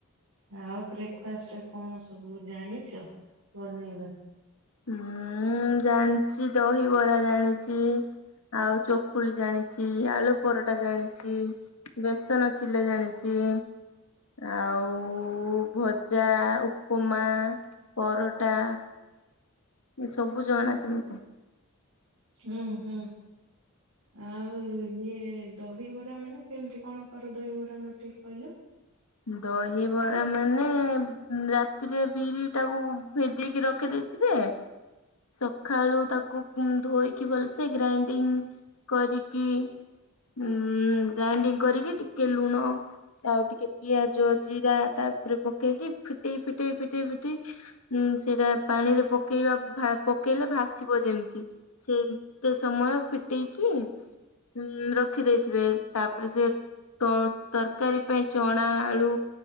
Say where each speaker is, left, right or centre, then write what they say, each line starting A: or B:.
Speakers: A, on the right; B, on the left.
A: ଆଉ ବ୍ରେକ୍ଫାଷ୍ଟରେ କଣ ସବୁ ଜାଣିଚ ବନେଇବା?
B: ମୁଁ ଜାଣିଛି ଦହିବରା ଜାଣିଛି। ଆଉ ଚକୁଳି ଜାଣିଛି ଆଳୁ ପରଟା ଜାଣିଛି। ବେସନ ଚିଲା ଜାଣିଚି। ଆଉ ଭଜା, ଉପମା, ପରଟା। ସବୁ ଜଣା ଅଛି ମତେ।
A: ଉଁ ହୁଁ। ଆଉ ଇଏ ଦହିବରା ମାନେ କେମିତି କଣ କର ଦହିବରା ମା ଟିକେ କହିଲ।
B: ଦହିବରା ମାନେ ରାତିରେ ବିରି ଟାକୁ ଭେଦେଇକି ରଖିଦେ ଥିବେ ସଖାଳୁ ତାକୁ ପୁଂ ଧୋଇକି ଭଲସେ ଗ୍ରାଇଣ୍ଡିଙ୍ଗ କରିକି ଉଁ ଗ୍ରାଇଣ୍ଡିଙ୍ଗ କରିକି ଟିକେ ଲୁଣ। ଆଉ ଟିକେ ପିଆଜ ଜିରା ତାପରେ ପକେଇକି ଫିଟେଇ ଫିଟେଇ ଫିଟେଇ ଫିଟେଇ। ଉଁ ସେରା ପାଣିରେ ପକେଇବା ଭା ପକେଇଲେ ଭାସିବ ଯେମିତି। ସେମ୍ ଏତେ ସମୟ ଫିଟେଇକି। ଉଁ ରଖି ଦେଇଥିବେ ତାପରେ ସେ ତ ତରକାରୀ ପାଇଁ ଚଣା ଆଳୁ